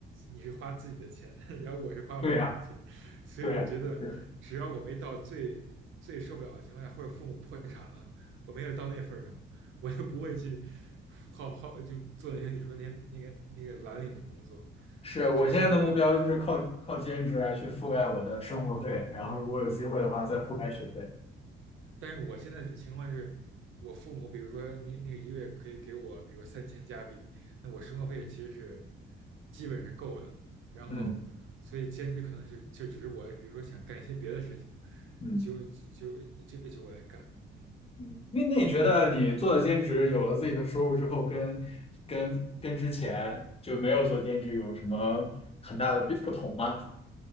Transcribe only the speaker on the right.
你是花自己的钱，<laughs> 然后我是花父母的钱，
所以我觉得只要我没到最最受不了的情况下，
或者父母破产了，我没有到那份儿上，<laughs> 我就不会去好好就做那些你说那些那个那个蓝领的工作，
你觉得是这样吗？
但是我现在这个情况是，我父母比如说那那个一个月可以给我，比如说三千加币，那我生活费其实是基本是够的。然后，
所以兼职可能是就只是我，比如说想干一些别的事情，
就就就就我来干。嗯